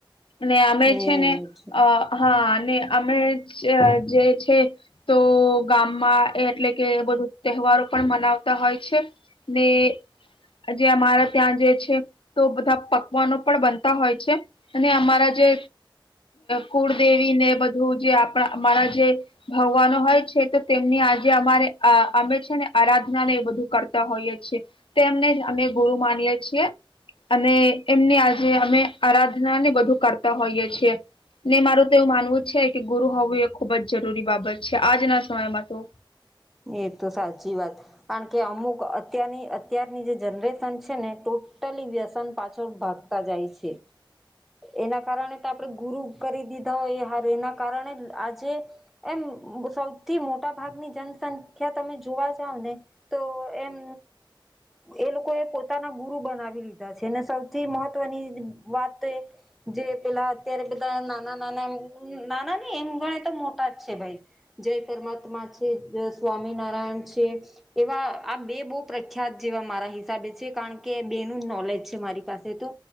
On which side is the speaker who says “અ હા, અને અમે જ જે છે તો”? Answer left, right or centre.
Left